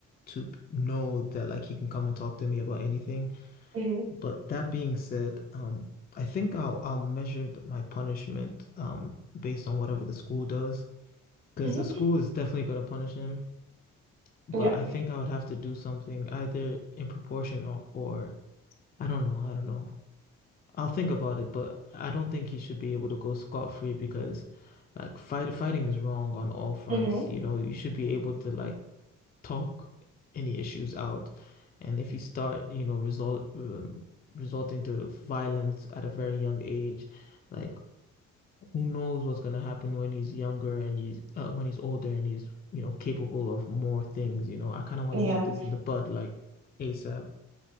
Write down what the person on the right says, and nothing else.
Mhm.
hmm
Yeah.
hmm
Yeah.